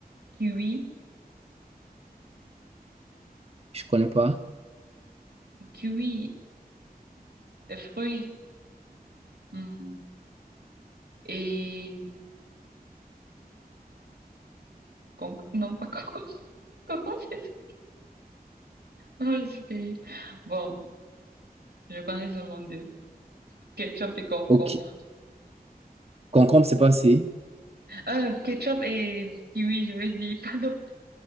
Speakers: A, on the right (about 85°); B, on the right (about 40°).
A: kiwi,
B: Je connais pas.
A: kiwi, le fruit, hmm, et con- non pas concombre, <laughs> concombre c'est ça. Non, je suis terrible. Bon, je connais seulement deux, ketchup et concombre.
B: Ok. Concombre, c'est passé.
A: Euh, ketchup et kiwi, je vais dire, <laughs> pardon.